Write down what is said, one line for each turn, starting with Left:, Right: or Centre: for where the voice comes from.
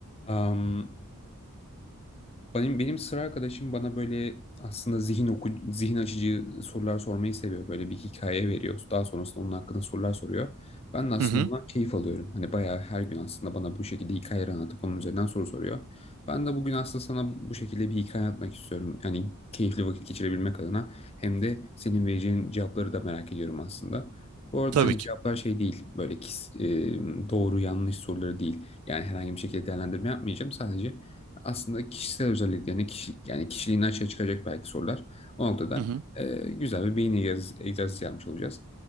Left: Am, benim benim sıra arkadaşım bana böyle aslında zihin oku zihin açıcı sorular sormayı seviyor. Böyle bir hikaye veriyor. Daha sonrasında onun hakkında sorular soruyor. Ben de aslında
Right: Hı hı.
Left: buna keyif alıyorum. Hani bayağı her gün aslında bana bu şekilde hikayeler anlatıp onun üzerinden soru soruyor. Ben de bugün aslında sana bu şekilde bir hikaye anlatmak istiyorum. Yani keyifli vakit geçirebilmek adına hem de senin vereceğin cevapları da merak ediyorum aslında. Bu arada
Right: Tabii
Left: hani
Right: ki.
Left: cevaplar şey değil böyle kis- e, doğru yanlış soruları değil. Yani herhangi bir şekilde değerlendirme yapmayacağım. Sadece aslında kişisel özelliklerini, kişi, yani kişiliğini açığa çıkacak belki sorular. O noktada
Right: Hı hı.
Left: e, güzel bir beyin egzersizi, egzersizi yapmış olacağız.